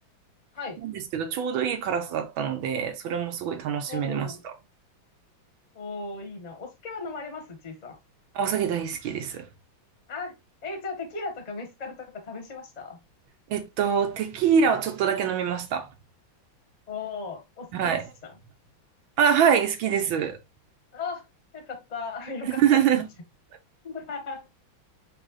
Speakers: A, on the left; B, on the right.
A: はい。
B: なんですけど、ちょうどいい辛さだったので、それもすごい楽しめました。
A: おー。おー、いいな。お酒は飲まれますちいさん。
B: お酒大好きです。
A: あ、えーじゃあテキーラとかメスカルとか試しました
B: えっと、テキーラをちょっとだけ飲みました。
A: おー、お好きでした。
B: はい。あ、はい、好きです。
A: あ、よかった。<laughs> よかったとか言っちゃ
B: <laughs>
A: う。<laughs>